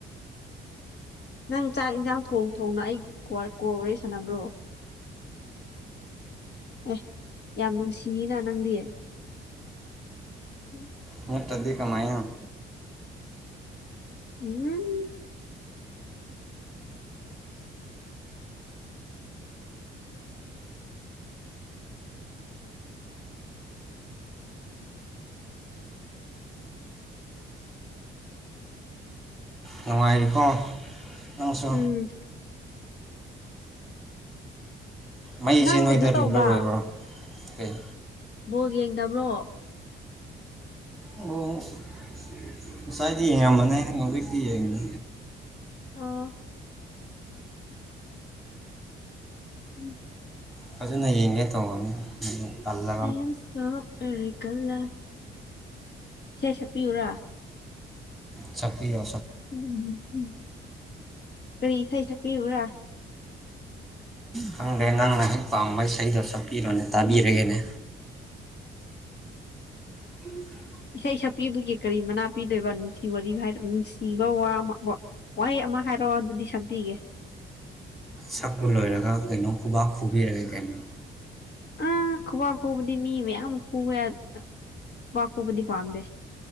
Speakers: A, on the left; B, in the centre.
A: ꯅꯪ ꯆꯥꯛ ꯏꯟꯁꯥꯡ ꯊꯣꯡ ꯊꯣꯡꯅ ꯑꯩ ꯋꯥꯜ ꯀꯣꯜ ꯋꯔꯤ ꯁꯅꯕ꯭ꯔꯣ ꯑꯦ ꯌꯥꯝ ꯅꯨꯡꯁꯤꯅ ꯅꯪꯗꯤ <inaudible>
B: ꯅꯠꯇꯗꯤ ꯀꯃꯥꯏꯅ
A: ꯎꯝ
B: ꯅꯨꯡꯉꯥꯏꯔꯤꯀꯣ ꯅꯪꯁꯨ
A: ꯎꯝ
B: ꯃꯩꯁꯦ
A: ꯅꯪ
B: ꯅꯣꯏꯗ
A: ꯀꯩꯅꯣ ꯇꯧꯕ꯭ꯔꯥ
B: ꯔꯤꯒꯨꯂꯔ ꯑꯣꯏꯕ꯭ꯔꯥ ꯀꯩ
A: ꯕꯣꯜ ꯌꯦꯡꯗꯕ꯭ꯔꯣ
B: ꯑꯣ <unintelligible> ꯉꯁꯥꯏꯗꯤ ꯌꯦꯡꯉꯝꯕꯅꯦ ꯍꯧꯖꯤꯛꯇꯤ ꯌꯦꯡꯗꯦ
A: ꯑꯥꯎꯝ ꯎꯝ
B: ꯐꯖꯅ ꯌꯦꯡꯒꯦ ꯇꯧꯕꯔꯅꯤ ꯑꯗꯨ ꯄꯜꯂ
A: ꯑꯏ ꯑꯦꯝ ꯁꯣ ꯄꯦꯔꯤꯒꯜꯂ ꯏꯁꯩ ꯁꯛꯄꯤꯌꯨꯔꯥ
B: ꯆꯄꯤ ꯌꯥ
A: ꯎꯝ ꯎꯝ ꯀꯔꯤ ꯏꯁꯩ ꯁꯛꯄꯤ꯭ꯕꯔꯥ
B: ꯈꯪꯗ꯭ꯔꯦ ꯅꯪꯅ ꯍꯦꯛ ꯄꯥꯝꯕꯩ ꯏꯁꯩꯗꯣ ꯁꯛꯄꯤꯔꯣꯅꯦ ꯇꯥꯕꯤꯔꯒꯦꯅꯦ
A: ꯎꯝ
B: <unintelligible>
A: ꯏꯁꯩ ꯁꯛꯄꯤꯕꯒꯤ ꯀꯔꯤ ꯃꯅꯥ ꯄꯤꯗꯣꯏꯕ ꯅꯨꯡꯁꯤ ꯋꯥꯔꯤ ꯍꯥꯏꯔ ꯅꯨꯡꯁꯤꯕ ꯋꯥ ꯑꯃꯀꯣ ꯋꯥꯍꯩ ꯑꯃ ꯍꯥꯏꯔꯛꯑꯣ ꯑꯗꯨꯗꯤ ꯁꯛꯄꯤꯒꯦ
B: ꯁꯛꯄ ꯂꯣꯏꯔꯒ ꯀꯩꯅꯣ ꯈꯨꯕꯥꯛ ꯈꯨꯕꯤꯔꯒꯦ ꯀꯩꯅꯣ
A: ꯎꯝ ꯈꯕꯥꯛ ꯈꯨꯕꯗꯤ ꯃꯤ ꯃꯌꯥꯝ ꯈꯨꯕ ꯌꯥꯏ ꯈꯨꯕꯥꯛ ꯈꯨꯕꯗꯤ ꯄꯥꯗꯦ